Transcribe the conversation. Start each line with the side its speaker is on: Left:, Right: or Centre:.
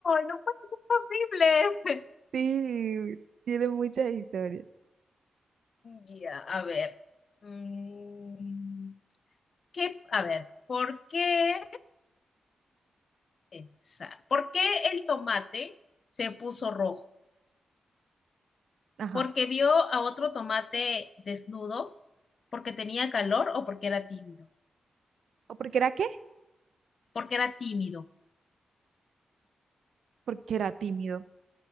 Left: no puede ser posible. <laughs>
Right: Sí, tienen muchas historias.
Left: Ya, a ver. Mm, ¿Qué? A ver, ¿por qué pensar. ¿Por qué el tomate se puso rojo?
Right: Ajá.
Left: ¿Porque vio a otro tomate desnudo? ¿Porque tenía calor o porque era tímido?
Right: ¿O porque era qué?
Left: Porque era tímido.
Right: Porque era tímido.